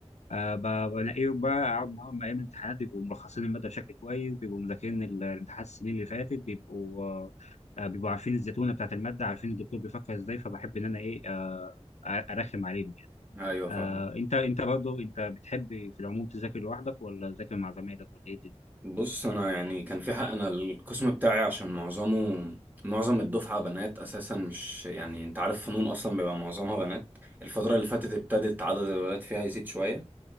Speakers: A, on the left (about 80°); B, on the right (about 15°).
A: أه ب- بلاقيهم بقى أقعد معاهم أيام الامتحانات بيبقوا ملخصين المادة بشكل كويس بيبقوا مذاكرين ال- الامتحانات السنين اللي فاتت بيبقوا آه، آه، بيبقوا عارفين الزتونة بتاعت المادة عارفين الدكتور بيفكر إزاي فبحب إن أنا إيه آه، أرخم عليهم يعني
B: ايوه فاهم
A: أه أنت أنت برضه أنت بتحب في العموم تذاكر لوحدك ولا تذاكر مع زمايلك ولا إيه الدنيا؟
B: بص انا يعني كان في حق انا القسم بتاعي عشان معظمه معظم الدفعه بنات اساسا مش يعني انت عارف فنون اصلا بيبقى معظمها بنات الفتره اللي فاتت ابتدت عدد الولاد فيها يزيد شويه